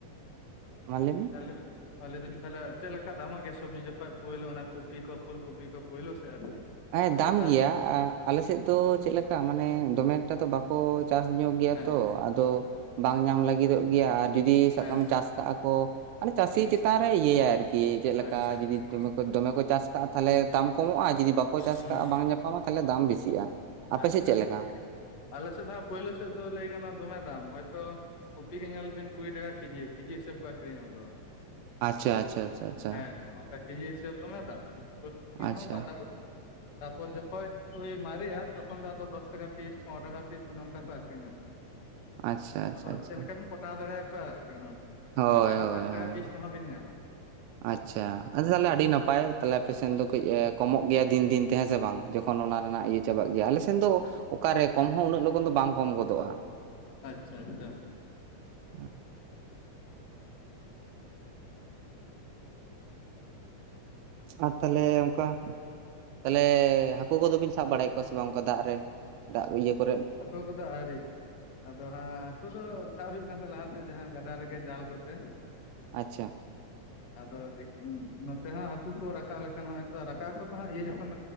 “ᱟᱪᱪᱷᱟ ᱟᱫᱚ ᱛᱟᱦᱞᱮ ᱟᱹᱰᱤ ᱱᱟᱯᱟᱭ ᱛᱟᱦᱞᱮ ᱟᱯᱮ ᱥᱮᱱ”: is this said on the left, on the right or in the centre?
Right